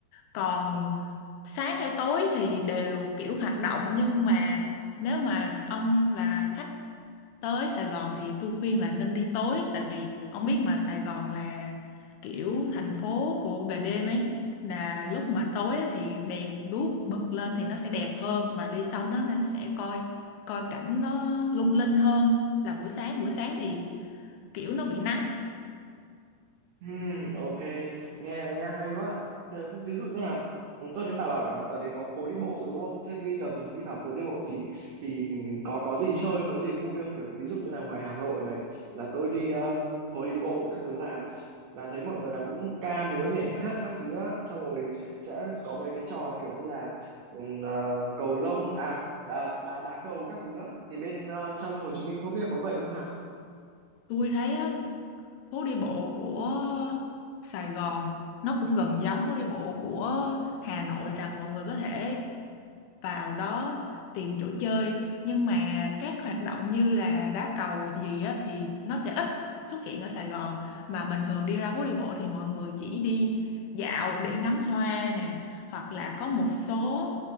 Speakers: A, on the left; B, on the right.
A: còn sáng hay tối thì đều kiểu hoạt động nhưng mà nếu mà ông là khách tới Sài Gòn thì tôi khuyên là nên đi tối tại vì ông biết mà Sài Gòn là kiểu thành phố của về đêm ấy là lúc mà tối ấy thì đèn đuốc bật lên thì nó sẽ đẹp hơn và đi xong đó nó sẽ coi coi cảnh nó lung linh hơn là buổi sáng buổi sáng thì kiểu nó bị nắng
B: Ừm, ok nghe nghe hay quá Thế ví dụ như là ừ, tôi thấy bà bảo là ở đấy có phố đi bộ đúng không thế bây giờ mình đi vào phố đi bộ thì thì có có gì chơi có gì vui không kiểu ví dụ như là ngoài Hà Nội này là tôi đi um, phố đi bộ các thứ là là thấy mọi người là cũng ca múa nhảy hát các thứ á xong rồi sẽ có mấy cái trò kiểu như là ừm, ờ, cầu lông à đá đá đá cầu các thứ á thì bên ờ, trong Hồ Chí Minh không biết có vậy không hả
A: tôi thấy phố đi bộ của Sài Gòn nó cũng gần giống phố đi bộ của Hà Nội rằng mọi người có thể vào đó tìm chỗ chơi nhưng mà các hoạt động như là đá cầu gì á thì nó sẽ ít xuất hiện ở Sài Gòn mà bình thường đi ra phố đi bộ thì mọi người chỉ đi dạo để ngắm hoa nè hoặc là có một số